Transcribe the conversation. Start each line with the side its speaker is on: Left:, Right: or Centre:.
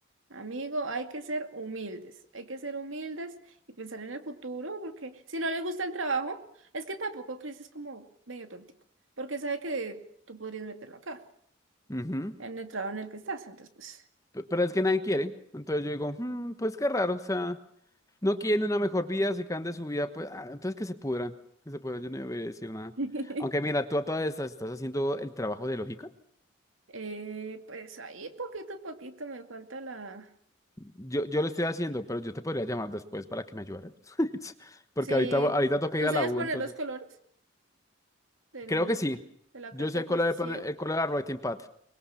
Right: amigo, hay que ser humildes. Hay que ser humildes y pensar en el futuro, porque si no le gusta el trabajo, es que tampoco Chris es como medio tontico, porque sabe que tú podrías meterlo acá,
Left: Ujú.
Right: en el trabajo en el que estás. Entonces, pues.
Left: P- Pero es que nadie quiere. Entonces yo digo, "Mm, pues qué raro, o sea, no quieren una mejor vida, se quedan de su vida, pues, ah, entonces que se pudran, que se pudran, yo no voy a decir nada.
Right: <laughs>
Left: Aunque mira, tú a todas estas estás haciendo el trabajo de lógica.
Right: Eh, pues ahí poquito a poquito me falta la...
Left: Yo, yo lo estoy haciendo, pero yo te podría llamar después para que me ayudaras. <laughs> Porque
Right: Sí,
Left: ahorita, ahorita toca
Right: ¿tú
Left: ir a
Right: sabes
Left: la U,
Right: poner
Left: entonces.
Right: los colores del,
Left: Creo que sí.
Right: de la
Left: Yo
Right: carta
Left: sé
Right: de
Left: el
Right: plasticidad?
Left: color, el color de la writing pad.